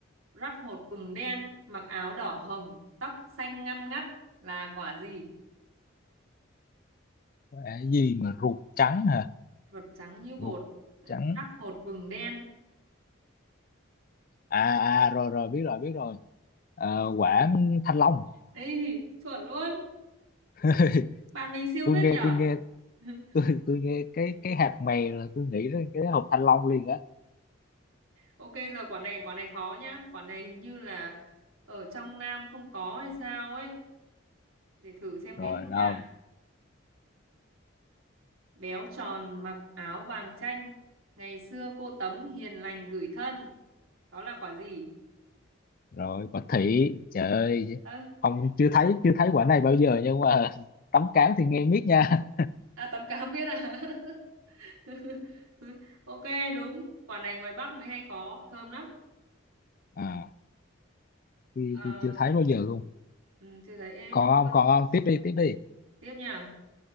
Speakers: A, on the right; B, on the left.
A: rắc hột vừng đen mặc áo đỏ hồng tóc xanh ngăn ngắt là quả gì
B: cái gì mà ruột trắng hả
A: ruột trắng như bột
B: ruột trắng
A: rắc hột vừng đen
B: à à rồi rồi biết rồi biết rồi Ờ, quả thanh long
A: ấy chuẩn luôn
B: <laughs>
A: bạn mình siêu
B: tôi
A: phết
B: nghe
A: nhở
B: tôi nghe
A: <laughs>
B: tôi tôi nghe cái cái hạt mè là tôi nghĩ đến cái hộp thanh long liền á
A: ok giờ quả này quả này khó nhá quả này hình như là ở trong Nam không có hay sao ấy để thử xem
B: rồi
A: biết không nha
B: đâu
A: béo tròn mặc áo vàng chanh ngày xưa cô tấm hiền lành gửi thân đó là quả gì
B: rồi quả thị trời ơi
A: ơ
B: không chưa thấy chưa thấy quả này bao giờ nhưng mà <laughs> tấm cám thì nghe miết nha
A: à, tấm cám biết à <laughs> ok đúng quả này ngoài Bắc mới hay có thơm lắm
B: <laughs> à tôi,
A: Ờ,
B: tôi chưa thấy bao giờ luôn
A: ừ, chưa thấy em
B: còn không còn không tiếp đi tiếp đi
A: tiếp nha